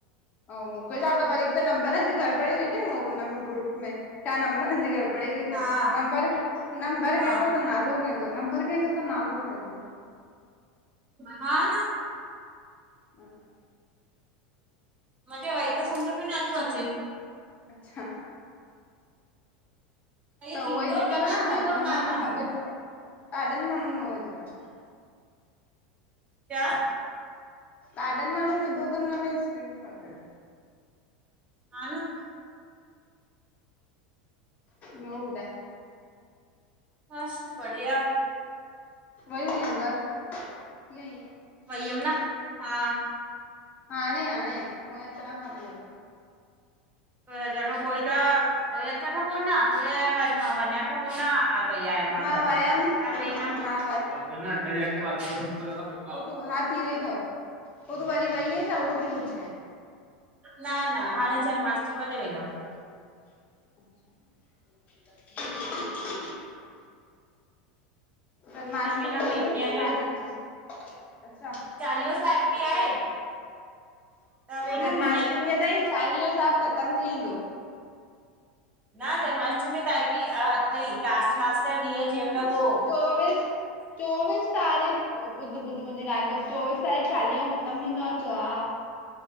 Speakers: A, on the left; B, on the right.
A: अउ मूंखे छा ख़बर हिक त नम्बरनि जी गड़बड़ी ॾिठे हुनम ग्रुप में त नम्बरनि जी गड़बड़ बड़े जी
B: हा
A: त नंबर नंबर
B: हा
A: कंहिंजो त नालो कंहिंजो नंबर कंहिंजो त नालो कंहिंजो
B: हा न
A: <inaudible>
B: मुखे वही त समझो में नथो अचे।
A: अच्छा
B: हे
A: त
B: थींदो
A: उहाई दिक़त
B: की
A: आन
B: न थींदो
A: हाणे हुनमें
B: मां मुंहिंजो
A: सभिनि ॾाढनि माण्हुनि उहे विधो तनि।
B: क्या?
A: ॾाढन माण्हुनि विधो तन हुन में स्कीन शॉट।
B: हा न
A: ॿियो ॿुधाए?
B: मस्त बढ़िया।
A: वई हुईअ हिन बार थी आई अं?
B: वई हम न, हा।
A: हाणे हाणे मुहिं अचण खां पो।
B: <unintelligible> वयी आया मा घर
A: मां वयमि
B: घर
A: मां
B: वेदम <inaudible>
A: पो तूं, हा थी वई तव पो तूं वरी वई आ छा उहो थी पुछाऐ?
B: न न हाणे जन्माष्टमी ते वेंदमि।
A: <inaudible> जन्माष्टमी
B: हिन वेंदमि
A: ते
B: ॿिनि ॾींहंनि
A: छाहे
B: लाइ
A: जन्माष्टमी ते, अच्छा।
B: चालीहो साहिब बि आहे। त वेंदमि
A: जन्माष्टमी
B: ईअं ई
A: ताईं चालीहो साहिब खत्म थी वेंदो।
B: न जन्माष्टमी अ ताईं बि अथई लास्ट लास्ट जा ॾींहं जंहिं महिल उ
A: चोवीस, चोवीस तारीख़ ॿुध ॿुध मुंहिंजी ॻाल्हि ॿुध चोबीस तारीख़ चालीहो ख़त्म थींदो आ, चोअ हा।